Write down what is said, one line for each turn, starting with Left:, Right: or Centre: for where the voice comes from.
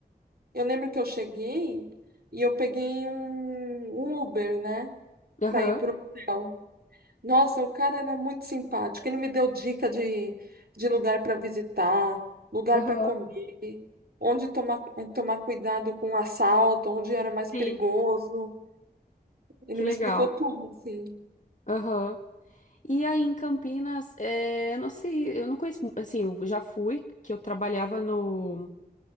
Right: eu lembro que eu cheguei e eu peguei um Uber, né?
Left: Aham,
Right: Pra ir pro hotel. Nossa, o cara era muito simpático. Ele me deu dica de, de lugar para visitar, lugar
Left: aham,
Right: para comer, onde tomar, tomar cuidado com o assalto, onde era mais
Left: sim,
Right: perigoso. Ele
Left: que
Right: me
Left: legal.
Right: explicou tudo, assim.
Left: Aham. E aí em Campinas, é, eu não sei, eu não conheço, mu- assim, eu já fui, que eu trabalhava no,